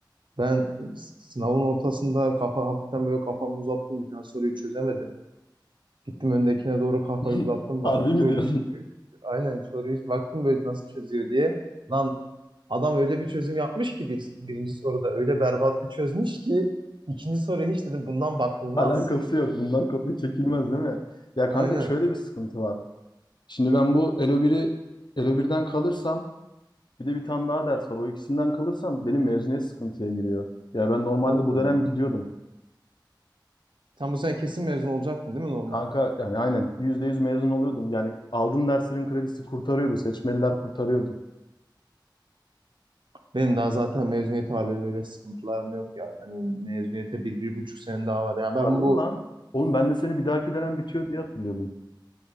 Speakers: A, on the right (about 80°); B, on the left (about 70°).
A: Ben s- sınavın ortasında kafa hafiften böyle kafamı uzattım. Bir tane soruyu çözemedim. Gittim öndekine doğru kafayı
B: <laughs>
A: uzattım. Baktım
B: Harbi mi
A: böyle
B: diyorsun?
A: soruyu. Aynen soruyu hiç baktım böyle nasıl çözüyor diye. Lan adam öyle bir çözüm yapmış ki bir, birinci soruda öyle berbat bir çözmüş ki ikinci soruya hiç dedim bundan bakılmaz.
B: <laughs> Alakası yok. Bundan kopya çekilmez değil mi? Ya kanka
A: Aynen.
B: şöyle bir sıkıntı var. Şimdi ben bu Elo biri Elo birden kalırsam bir de bir tane daha ders var. O ikisinden kalırsam benim mezuniyet sıkıntıya giriyor. Ya ben normalde
A: Oo.
B: bu dönem gidiyordum.
A: Sen bu sene kesin mezun olacaktın değil mi normalde?
B: Kanka yani aynen %100 mezun oluyordum. Yani aldığım derslerin kredisi kurtarıyordu. Seçmeliler kurtarıyordu.
A: Benim daha zaten mezuniyet var. Benim öyle sıkıntılarım yok ya. Benim mezuniyete bir, bir buçuk sene daha var. Ya ben
B: Harbi
A: bu
B: mi lan? Oğlum ben de seni bir dahaki dönem bitiyor diye hatırlıyordum.